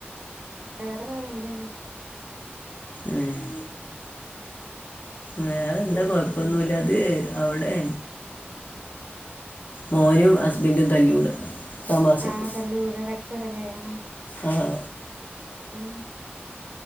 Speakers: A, on the right (about 40°); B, on the left (about 45°).
A: വേറെ നല്ലനെ
B: ആഹ് വേറെ എന്താ കൊയപ്പൊന്നുല്ല അത് അവിടെ മോനും ഹസ്ബന്റും തല്ലൂട തമാശക്ക്
A: ആഹ് തലൂട കച്ചറല്ലേ ആഹ്.
B: ആഹ്‌
A: ആഹ്